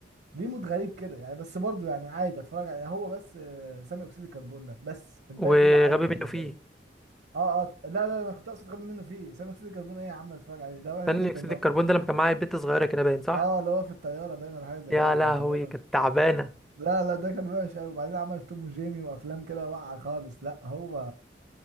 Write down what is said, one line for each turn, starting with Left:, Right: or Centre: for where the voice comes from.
Right: ليه مود غريب كده يعني بس برضه يعني عادي اتفرج عليه هو بس آه، ثاني اكسيد الكربون ده بس الباقي
Centre: وغبي
Right: كله عادي بالنسبه
Centre: منه فيه
Right: لي اه اه لا لا انا كنت اقصد غبي منه فيه ثاني اكسيد الكربون ايه يا عم اتفرج عليه ده وحش
Centre: ثاني
Right: جدا
Centre: اكسيد الكربون ده لما كان معايا البت صغيره كده باين صح
Right: اه اللي هو في الطياره باين ولا حاجه زي
Centre: يا
Right: كده
Centre: لهوي
Right: كان طيار
Centre: كانت تعبانة
Right: لا لا ده كان وحش قوي وبعدين عمل توم وجيمي وافلام كده واقعه خالص لا هو